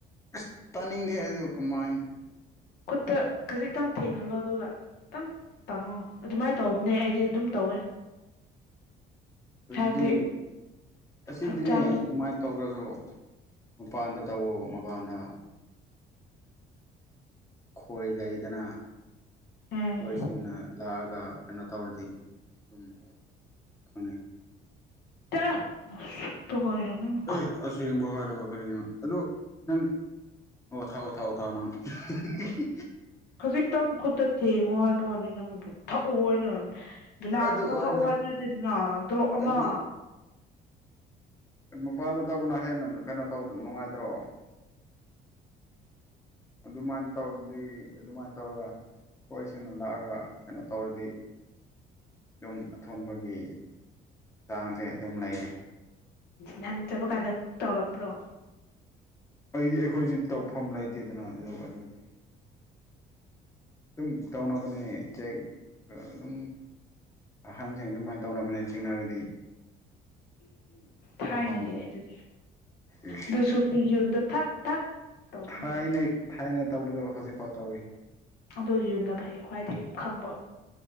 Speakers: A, on the left; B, on the left.
A: ꯑꯁ ꯇꯥꯅꯤꯡꯗꯦ ꯑꯗꯣ ꯀꯃꯥꯏꯅ
B: ꯈꯨꯠꯇ ꯈꯖꯤꯛꯇꯪ ꯊꯦꯡꯍꯜꯂꯣ ꯑꯗꯨꯒ ꯈꯤꯇꯪ ꯇꯥꯡꯉꯣ ꯑꯗꯨꯃꯥꯏꯅ ꯇꯧꯕꯅꯦ ꯑꯩꯗꯤ ꯑꯗꯨꯝ ꯇꯧꯋꯦ
A: <unintelligible> ꯑꯗꯨꯗꯤ
B: ꯍꯥꯏꯕꯗꯤ
A: ꯑꯁꯤꯗꯤꯅꯦ
B: ꯍꯛꯆꯥꯡꯗꯣ
A: ꯑꯗꯨꯃꯥꯏꯅ ꯇꯧꯔꯁꯨ ꯅꯨꯄꯥꯥꯟꯗ ꯇꯧꯋꯣ ꯃꯕꯥꯟꯗ ꯈꯣꯏ ꯂꯩꯗꯅ
B: ꯎꯝ
A: ꯈꯣꯏꯁꯤꯡꯅ ꯂꯥꯛꯑꯒ ꯀꯩꯅꯣ ꯇꯧꯔꯗꯤ ꯑꯗꯨꯝ ꯈꯪꯉꯦ
B: ꯀ꯭ꯌꯥ ꯅꯁꯛꯇꯨꯒ ꯌꯥꯅꯤꯡ
A: ꯑꯦ ꯑꯁꯦꯡꯕ ꯍꯥꯏꯔꯒ ꯀꯔꯤꯅꯣ ꯑꯗꯣ ꯅꯪ ꯑꯣ ꯊꯥꯎꯑꯣ ꯊꯥꯎꯑꯣ ꯊꯥꯎꯑꯣ ꯅꯪ <unintelligible>
B: ꯈꯖꯤꯛꯇꯪ ꯈꯨꯠꯇ ꯊꯦꯡꯉꯣ ꯍꯥꯏꯕ ꯋꯥꯅꯤ ꯅꯪꯕꯨ ꯊꯛꯑꯣ ꯑꯣꯏꯅ ꯒꯤꯂꯥꯁ
A: ꯑꯗꯨ
B: ꯑꯃ
A: ꯑꯣꯏꯔꯁꯨ
B: ꯊꯛꯑꯣ ꯍꯥꯏꯕ ꯅꯠꯇꯦꯗꯅ ꯗ꯭ꯔꯣꯞ ꯑꯃ
A: ꯑꯗꯨ ꯃꯄꯥꯟꯗ ꯇꯧꯕꯅ ꯍꯦꯟꯅ ꯀꯩꯅꯣ ꯇꯧꯗ ꯅꯨꯡꯉꯥꯏꯗ꯭ꯔꯣ ꯑꯗꯨꯃꯥꯏꯅ ꯇꯧꯔꯗꯤ ꯑꯗꯨꯃꯥꯏꯅ ꯇꯧꯔꯒ ꯑꯣꯏꯁꯤꯡꯅ ꯂꯥꯛꯑꯒ ꯀꯩꯅꯣ ꯇꯧꯔꯗꯤ ꯗꯨꯝ ꯑꯊꯨꯝꯕꯒꯤ ꯆꯥꯡꯁꯦ ꯑꯗꯨꯝ ꯂꯩꯔꯦ
B: ꯅꯪ ꯆꯠꯄ ꯀꯥꯟꯗ ꯇꯧꯔꯛꯄ꯭ꯔꯣ
A: ꯑꯩꯗꯤ ꯑꯩꯈꯣꯏꯁꯤ ꯇꯧꯐꯝ ꯂꯩꯇꯦꯗꯅ ꯑꯗꯨ ꯑꯗꯨꯗꯤ ꯗꯨꯝ ꯇꯧꯅꯕꯅꯦ ꯆꯦꯛ ꯑꯗꯨꯝ ꯑꯍꯟꯁꯤꯡ ꯑꯗꯨꯃꯥꯏ ꯇꯧꯅꯕꯅꯦ ꯆꯤꯡꯅꯔꯗꯤ
B: ꯊꯥꯏꯅꯒꯤꯅꯦ
A: ꯄꯥꯎ ꯈꯪꯗ꯭ꯔꯣ
B: ꯗꯨꯗꯤ
A: ꯏꯁ
B: ꯑꯗꯨ ꯁꯨꯛꯇꯤ ꯌꯨꯝꯗꯣ ꯊꯛ ꯊꯛ ꯇꯧꯕꯅ
A: ꯊꯥꯏꯅꯩ
B: ꯐꯩ
A: ꯊꯥꯏꯅ ꯇꯧꯕꯗꯣ ꯍꯧꯖꯤꯛꯐꯥꯎ ꯇꯧꯋꯤ
B: ꯑꯗꯨꯗꯣ ꯌꯨꯟꯅ ꯐꯩ ꯈ꯭ꯋꯥꯏꯗꯒꯤ ꯈꯪꯕ